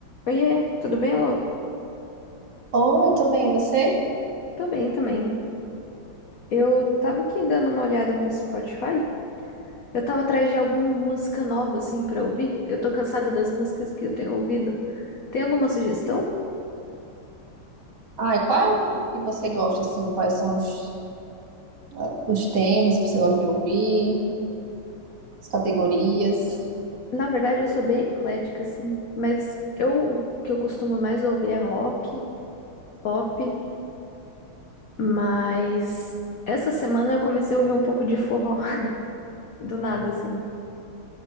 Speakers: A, on the left; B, on the right.
A: Oiê, tudo bem, Lô?
B: Oi, tudo bem, e você?
A: Tô bem também. Eu tava aqui dando uma olhada no Spotify. Eu tava atrás de alguma música nova, assim, pra ouvir. Eu tô cansada das músicas que eu tenho ouvido. Tem alguma sugestão?
B: Ai, qual é o que você gosta, assim? Quais são os, ah, os temas que você gosta de ouvir, as categorias?
A: Na verdade, eu sou bem eclética, assim. Mas eu, o que eu costumo mais ouvir é rock, pop. Mas essa semana eu comecei a ouvir um pouco de forró. <laughs> Do nada, assim, né?